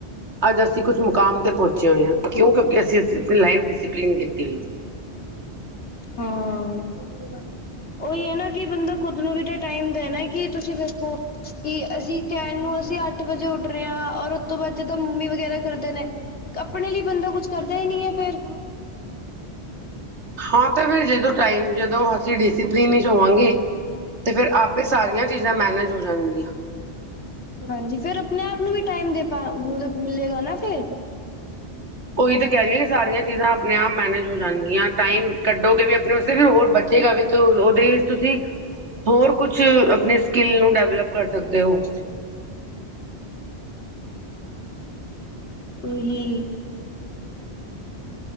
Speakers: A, on the right; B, on the left.
A: ਅਜ ਅਸੀ ਕੁਛ ਮੁਕਾਮ ਤੇ ਪਹੁਚੇ ਹੋਏ ਹਾਂ ਕਿਉ ਕਿਉਕਿ ਅਸੀ ਅਸੀ ਆਪ ਲਾਈਫ ਡਿਸਪਲਿਨ ਦਿਤੀ ਹੋਈ ਸੀ
B: ਹਾਂ- ਉਹੀ ਹੈ ਨਾ ਕਿ ਬੰਦਾ ਖੁਦ ਨੂੰ ਵੀ ਤੇ ਟਾਈਮ ਦੇ ਨਾ ਕਿ ਤੁਸੀ ਦਸੋ ਕਿ ਅਸੀ ਕ ਮੈਨੋ ਅਸੀ ਅਠ ਵਜੇ ਉਠ ਰਹਾ ਔਰ ਉਸ ਤੋਂ ਬਾਅਦ ਜਿਦਾ ਮੰਮੀ ਵਗੈਰਾ ਕਰਦੇ ਨੇ ਆਪਣੇ ਲਈ ਬਦਾ ਕੁਝ ਕਰਦਾ ਹੀ ਨਹੀ ਹੈ। ਫੇਰ
A: ਹਾਂ ਤੇ ਫਿਰ ਜਦੋ ਟਾਈਮ ਜਦੋ ਅਸੀ ਡਿਸੀਪਲਨ ਵਿਚ ਹੋਵਾਂਗੇ ਤੇ ਫਿਰ ਸਾਰੀਆਂ ਚੀਜ਼ਾਂ ਮੈਨੇਜ ਹੋ ਜਾਣਗੀਆਂ।
B: ਹਾਂਜੀ ਫਿਰ ਆਪਣੇ ਆਪ ਨੂੰ ਵੀ ਟਾਈਮ ਦੇ ਪਾ ਮਤਲਬ ਮਿਲੇਗਾ ਨਾ ਫਿਰ
A: ਉਹੀ ਤਾਂ ਕਹਿ ਰਹੀਆਂ ਕਿ ਸਾਰੀਆਂ ਚੀਜ਼ਾਂ ਆਪਣੇ ਆਪ ਮੈਨੇਜ ਹੋ ਜਾਣਗੀਆਂ ਟਾਈਮ ਕਢੋਗੇ ਵੀ ਆਪਣੇ ਵਾਸਤੇ ਫਿਰ ਹੋਰ ਬੱਚੇ ਫੇਰ ਵੀ ਉਹਦੇ ਵਿਚ ਤੁਸੀ ਹੋਰ ਕੁਛ ਆਪਣੇ ਸਕਿਲ ਨੂੰ ਡੈਵਲਪ ਕਰ ਸਕਦੇ ਹੋ।
B: ਉਹੀ-